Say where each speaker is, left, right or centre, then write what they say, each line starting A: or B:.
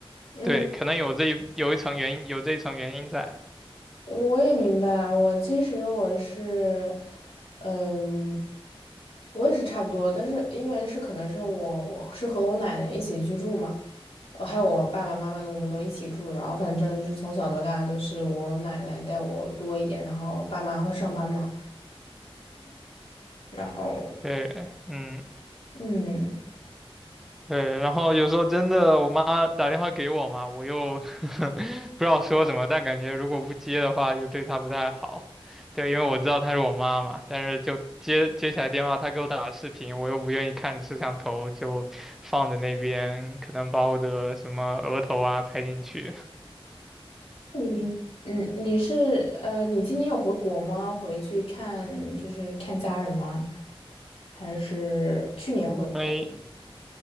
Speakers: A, on the left (about 70°); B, in the centre.
A: 嗯。
B: 对，可能有这一有一层原因，有这一层原因在。
A: 我也明白，我其实我是，嗯，我也是差不多，但是因为是可能是我我是和我奶奶一起居住嘛，呃还有我爸爸妈妈的，我们都一起住，然后反正就是从小到大都是我奶奶带我多一点，然后爸妈会上班嘛，然后
B: 对，嗯。
A: 嗯
B: 对，然后有时候真的，我妈打电话给我嘛，我又 <laughs> 不知道说什么，但感觉如果不接的话，又对她不太好。对，因为我知道她是我妈嘛，但是就接接起来电话，她给我打视频，我又不愿意看摄像头，就放在那边，可能把我的什么额头啊拍进去。
A: 你嗯，你是呃，你今年有回国吗？回去看就是看家人吗？还是去年回的国？
B: 因为